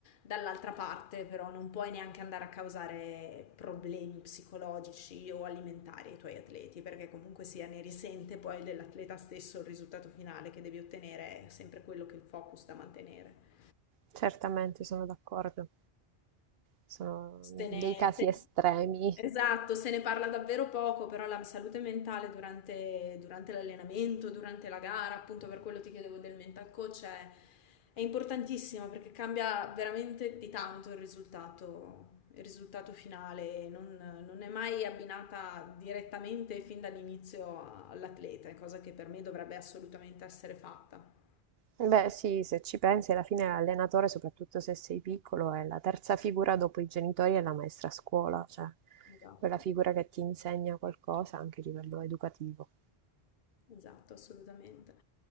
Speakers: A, on the left; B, on the right.
A: Dall'altra parte, però, non puoi neanche andare a causare problemi psicologici o alimentari ai tuoi atleti, perché comunque sia ne risente poi dell'atleta stesso il risultato finale che devi ottenere, è sempre quello che il focus da mantenere.
B: certamente sono d'accordo. Sono
A: Se ne,
B: dei casi
A: se-
B: estremi.
A: esatto, se ne parla davvero poco, però la salute mentale durante, durante l'allenamento, durante la gara, appunto per quello ti chiedevo del mental coach, è, è importantissima perché cambia veramente di tanto il risultato, il risultato finale, non, non è mai abbinata direttamente fin dall'inizio all'atleta, è cosa che per me dovrebbe assolutamente essere fatta.
B: Beh, sì, se ci pensi, alla fine l'allenatore, soprattutto se sei piccolo, è la terza figura dopo i genitori e la maestra a scuola, cioè
A: Esatto.
B: quella figura che ti insegna qualcosa anche a livello educativo.
A: Esatto, assolutamente.